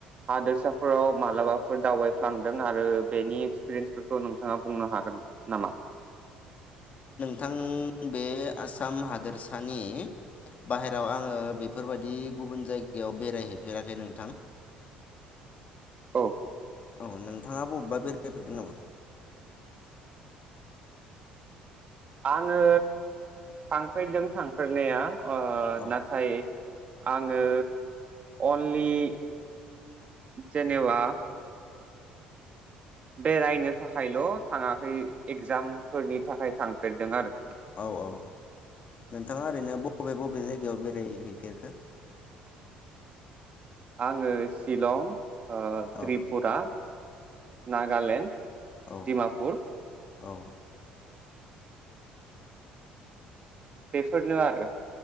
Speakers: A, on the right (about 35°); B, on the left (about 40°).
A: हादोरसाफोराव मालाबाफोर दावबायफ्लांदों आरो बेनि एक्सपिरियेन्सफोरखौ नोंथाङा बुंनो हागोन नामा?
B: थां बे बे आसाम हादोरसानि बाहेराव आङो बेफोरबायाददि गुबुन जायगायाव बेरायहैफेराखै नोंथां।
A: औ
B: औ नोंथांङा बबेबा बेरायफेरदों नामा?
A: आङो थांफेरदों थांफेरनाया ओ
B: औ
A: नाथाय आङो अनलि जेनेबा बेरायनो थाखायल' थाङाखै एगजामफोरनि थाखाय थांफेरदों आरो
B: औ औ नोंथाङा ओरैनो बबे बबे जायगायाव बेरायहैफेरखो
A: आङो शिलं ओ
B: औ
A: त्रिपुरा नागालेण्ड
B: औ
A: दिमापुर
B: औ
A: बेफोरनो आरो